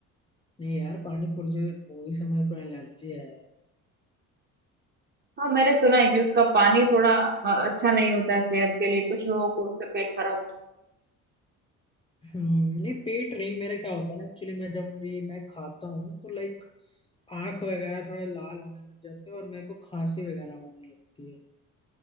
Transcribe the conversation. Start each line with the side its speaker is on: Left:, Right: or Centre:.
Left: नहीं यार पानी पूरी पूरी से मेरे को एलर्जी है
Right: हाँ मैंने सुना है कि उसका पानी थोड़ा अ, अच्छा नहीं होता है सेहत के लिए कुछ लोगों को उससे पेट खराब हो जाता
Left: हम्म, नहीं पेट नहीं मेरा क्या होता है ना एक्चुअली मैं जब भी मैं खाता हूँ तो लाइक आंख वगैरह थोड़ा लाल होने लग जाते हैं और मेरे को खांसी वगैरह होने लगती है